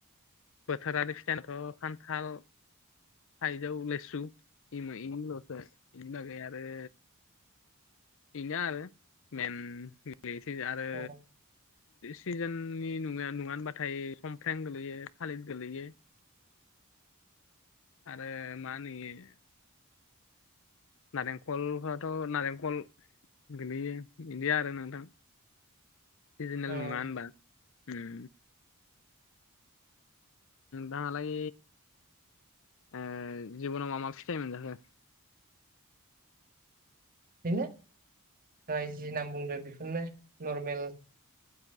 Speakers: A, on the left; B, on the right.
A: बोथोरारि फिथायानोथ' खान्थाल थाइजौ, लेसु इमो इलसो इनि बागै आरो बिनो आरो मेन। नोसै आरो
B: अ
A: सिजोननि नङा नङानबाथाय खमफ्रें गोलैयो। थालिद गोलैयो। आरो माहोनो इयो नारेंखलफोराथ' नारेंखल गोगलैयो बिदि आरो नोंथां। सिजनेल
B: अ
A: नङा होनबा उम दाङालाय ओ जिबनाव मा मा फिथाइ मोनजाखो?
B: बेनो राय जि नाम बुंदों बेफोरनो नरमेल